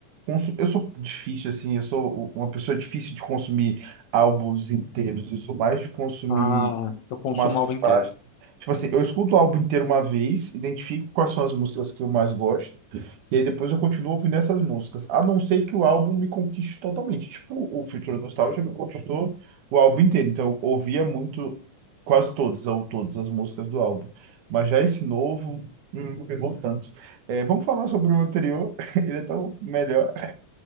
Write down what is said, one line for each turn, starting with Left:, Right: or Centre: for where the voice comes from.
Right: consu- Eu sou difícil, assim, eu sou uma pessoa difícil de consumir álbuns inteiros. Eu sou mais de consumir.
Left: Ah, eu consumo
Right: umas
Left: o álbum inteiro.
Right: faixas. Tipo assim, eu escuto o álbum inteiro uma vez, identifico quais são as músicas que eu mais gosto, e aí depois eu continuo ouvindo essas músicas, a não ser que o álbum me conquiste totalmente. Tipo, o Future Nostalgia me conquistou o álbum inteiro, então eu ouvia muito, quase todas ou todas as músicas do álbum. Mas já esse novo, hum, não pegou tanto. É, vamos falar sobre o anterior, <laughs> ele é tão melhor.